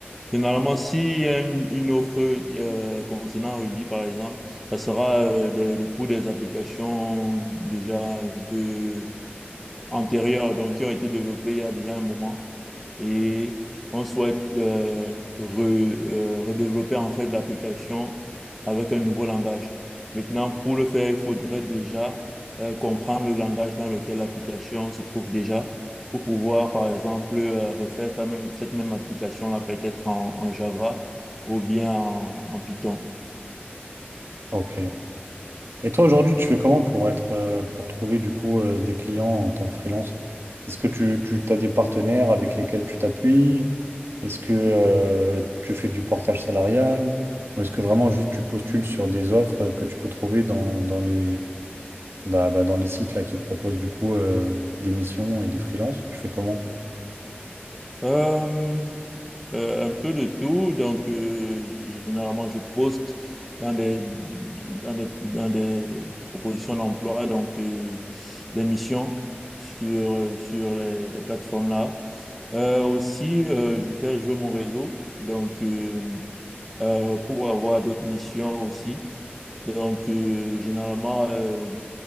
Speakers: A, in the centre; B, on the right.
A: Généralement, s'il y a une, une offre euh, concernant Ruby, par exemple, ça sera euh, des, des- pour des applications déjà un peu antérieures, donc qui ont été développées il y a déjà un moment. Et on souhaite euh, re- euh, redévelopper en fait l'application avec un nouveau langage. Maintenant, pour le faire, il faudrait déjà euh, comprendre le langage dans lequel l'application se trouve déjà pour pouvoir, par exemple, euh, refaire la même- cette même application-là peut-être en, en Java ou bien en, en Python.
B: Ok. Et toi, aujourd'hui, tu fais comment pour être, euh, pour trouver du coup euh, des clients en tant que freelance? Est-ce que tu, tu as des partenaires avec lesquels tu t'appuies? Est-ce que euh, tu fais du portage salarial? Ou est-ce que vraiment juste tu postules sur des offres que tu peux trouver dans, dans les, Bah, bah, dans les sites là qui proposent du coup euh, des missions et des freelances, tu fais comment?
A: Euh, Euh, un peu de tout. Donc, euh, généralement, je poste dans des, dans des, dans des propositions d'emploi, donc euh, des missions sur, euh, sur les, les plateformes-là. Euh, aussi, euh, je fais jouer mon réseau, donc euh, euh, pour avoir d'autres missions aussi. Donc, euh, généralement, euh,